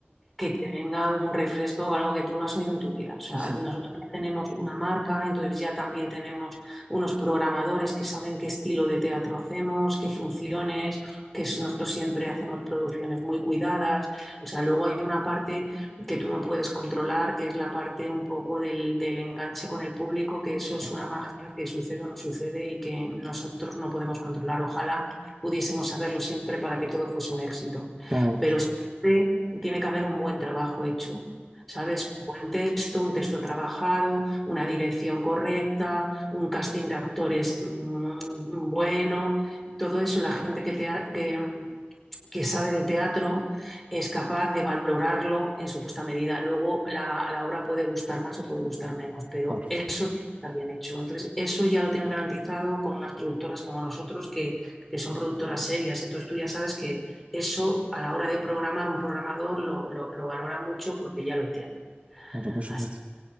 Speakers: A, in the centre; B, on the right.
A: que te venga un refresco o algo que tú no has oído en tu vida. O sea,
B: Sí.
A: nosotros ya tenemos una marca, entonces ya también tenemos unos programadores que saben qué estilo de teatro hacemos, qué funciones, que es- nosotros siempre hacemos producciones muy cuidadas. O sea, luego hay una parte que tú no puedes controlar, que es la parte un poco del, del enganche con el público, que eso es
B: Ah,
A: una magia que sucede o no sucede y que nosotros no podemos controlar. Ojalá pudiésemos saberlo siempre para que todo fuese un éxito.
B: Claro, por
A: Pero
B: supuesto.
A: siempre tiene que haber un buen trabajo hecho, ¿sabes? Un buen texto, un texto trabajado, una dirección correcta, un casting de actores mm, bueno, todo eso la gente que, te, que, que sabe de teatro es capaz de valorarlo en su justa medida. Luego la, la obra puede gustar más o puede gustar menos, pero
B: Claro,
A: eso tiene que estar bien hecho. Entonces, eso ya lo tienes garantizado con unas productoras como nosotros que, que son productoras serias. Entonces, tú ya sabes que eso a la hora de programar un programador lo, lo, lo valora mucho porque ya lo tiene.
B: claro, por supuesto.
A: Así.